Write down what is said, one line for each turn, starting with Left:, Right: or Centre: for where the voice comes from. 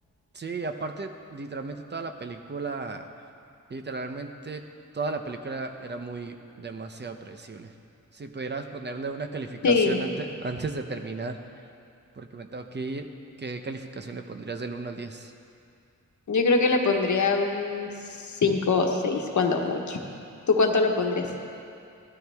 Right: sí, aparte, literalmente toda la película... Literalmente toda la película era muy demasiado predecible. Si pudieras ponerle una calificación
Left: Sí,
Right: ante- antes de terminar, porque me tengo que ir, ¿qué calificación le pondrías del uno al 10?
Left: yo creo que le pondría un 5 o 6 cuando mucho. ¿Tú cuánto le pondrías?